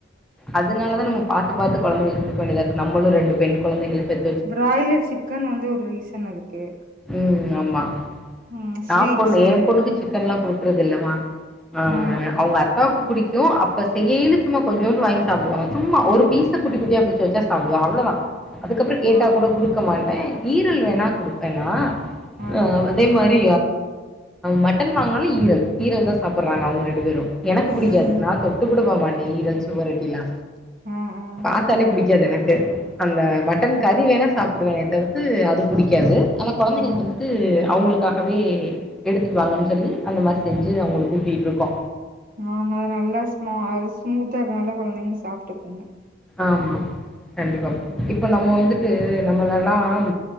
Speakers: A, in the centre; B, on the right.
A: அதனால தா நம்ம பாத்துபாத்து கொழந்தைகளுக்கு குடுக்க வேண்டியத இருக்கு நம்மளு ரெண்டு பெண் கொழந்தைகள பெத்
B: பிராயலர் சிக்கன் வந்து ஒரு ரீசன் அதுக்கு
A: உம் ஆமா
B: ம்
A: நா
B: ஸ்வீட்ஸு
A: பொண்ணு என் பொண்ணுக்கு சிக்கன்ல்லா கொடுக்குறது இல்லமா ம்
B: ஆ
A: அவங்க அத் குடிக்கூ அப்ப செய்யீனு கொஞ்சோண்டு வாங்கி சாப்டுவா சும்மா ஒரு பீஸ்சு குட்டி குட்டியா பிச்சுவச்சா சாப்பிடுவா அவ்ளோதா அதுக்கப்ரோ கேட்டா
B: ஆ
A: கூட
B: ஆ
A: கொடுக்க மாட்டே ஈரல் வேணா கொடுப்பேன்னா
B: அதா
A: அ
B: அதா
A: அதே மாரி மட்டன் வாங்குனாலு ஈரல் ஈரல் தா சாப்புடுறாங்க அவுங்க ரெண்டு பேரு எனக்கு பிடிக்காது
B: ம் ம்
A: நா தொட்டு கூட பாகமாட்டே ஈரல் சுவரட்டிலா
B: ஆ ஆ
A: பாத்தாலே புடிக்காது எனக்கு அந்த மட்டன் கறி வேணா சாப்புடுவேண தவுத்து அது பிடிக்காது ஆனா கொழந்தைங்களுக்கு
B: ஆ
A: வந்து த்து அவங்களுக்காகவே எடுத்துட்டு வாங்கன்னு சொல்லி அந்த மாதிரி செஞ்சு அவங்களுக்கு ஊட்டிகட்டு இருக்கோ
B: ஆ அது நல்லா ஸ்சுமா ஸ்மூத்தா இருக்குனால கொழந்தைங்க சாப்பிட்டுக்குங்க
A: ஆமா கண்டிப்பா
B: அதா
A: இப்ப நம்ம வந்து நம்மளல்லாம்